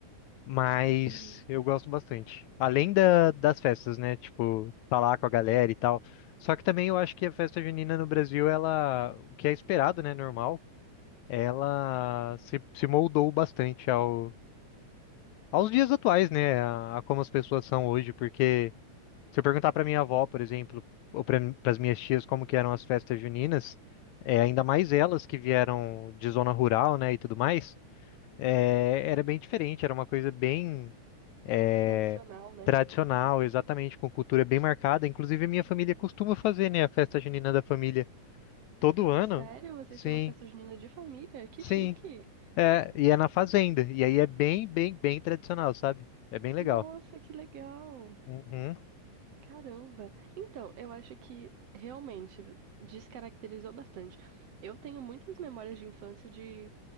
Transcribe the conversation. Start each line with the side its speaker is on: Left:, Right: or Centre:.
Left: Mas
Right: Uhum.
Left: eu gosto bastante. Além da, das festas, né? Tipo, tá lá com a galera e tal. Só que também eu acho que a festa junina no Brasil, ela, o que é esperado, né? Normal, ela se, se moldou bastante ao, aos dias atuais, né? A, a como as pessoas são hoje. Porque se eu perguntar pra minha avó, por exemplo, ou para as minhas tias como que eram as festas juninas, é, ainda mais elas que vieram de zona rural, né? E tudo mais, é, era bem diferente. Era uma coisa bem é,
Right: Tradicional, né?
Left: tradicional, exatamente, com cultura bem marcada. Inclusive, a minha família costuma fazer, né, a festa junina da família todo ano.
Right: Sério, vocês
Left: Sim,
Right: têm uma festa junina de família? Que
Left: sim.
Right: chique!
Left: É, e é na fazenda. E aí é bem, bem, bem tradicional, sabe? É bem legal.
Right: Nossa, que legal!
Left: Uhum,
Right: Caramba! Então, eu acho que realmente descaracterizou bastante. Eu tenho muitas memórias de infância de,